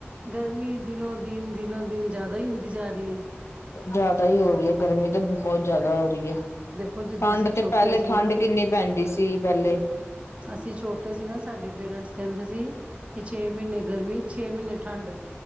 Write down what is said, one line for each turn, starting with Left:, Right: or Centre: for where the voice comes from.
Right: ਗਰਮੀ ਦਿਨੋ ਦਿਨ, ਦਿਨੋ ਦਿਨ ਜਾਦਾ ਹੀ ਹੁੰਦੀ ਜਾ ਰਹੀ ਏ।
Left: ਜਾਦਾ ਹੀ ਹੋ ਰਹੀ ਐ, ਗਰਮੀ ਤਾਂ ਬਹੁਤ ਜਾਦਾ ਹੋ ਰਹੀ ਐ।
Right: ਦੇਖੋ ਜਦੋਂ
Left: ਠੰਡ
Right: ਅਸੀਂ ਛੋਟੇ
Left: ਤੇ ਪਹਿਲੇ
Right: ਸੀ
Left: ਠੰਡ
Right: ਨਾ
Left: ਕਿੰਨੀ ਪੈਂਦੀ ਸੀ ਪਹਿਲੇ।
Right: ਅਸੀਂ ਛੋਟੇ ਸੀ ਨਾ ਸਾਡੇ ਪੇਰੈਂਟਸ ਕਹਿੰਦੇ ਸੀ ਕਿ ਛੇ ਮਹੀਨੇ ਗਰਮੀ ਛੇ ਮਹੀਨੇ ਠੰਡ।